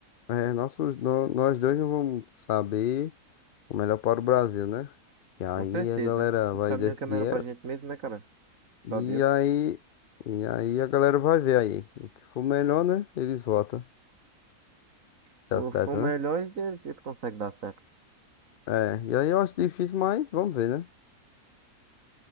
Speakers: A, on the left; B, on the right.
A: é, nossos, nó- nós dois não vamos saber o melhor para o Brasil, né? E aí
B: Com certeza.
A: a galera
B: Não
A: vai
B: sabe
A: decidir.
B: nem o que é melhor pra
A: é
B: gente mesmo, né, cara? Só
A: E
B: Deus.
A: aí, e aí a galera vai ver aí. O que for melhor, né? Eles votam.
B: Se
A: Dá
B: for
A: certo,
B: for o melhor
A: né?
B: deles, eles conseguem dar certo.
A: É, e aí eu acho difícil, mas vamos ver, né?